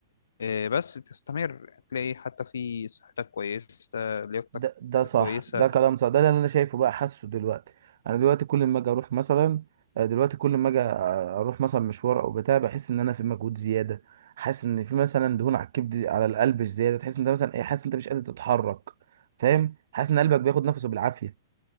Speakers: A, on the left (about 80°); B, on the right (about 65°).
A: آه، بس تستمر تلاقي حتى في صحتك كويسه لياقتك
B: ده ده صح
A: كويسه
B: ده كلام صح ده اللي انا شايفه بقى حاسه دلوقتي انا دلوقتي كل ما اجي اروح مثلا آه، دلوقتي كل ما اجي آه، اروح مثلا مشوار او بتاع بحس ان انا في مجهود زياده حاسس ان في مثلا دهون على الكبد على القلب زياده تحس ان انت مثلا ايه حاسس ان انت مش قادر تتحرك فاهم حاسس ان قلبك بياخد نفسه بالعافيه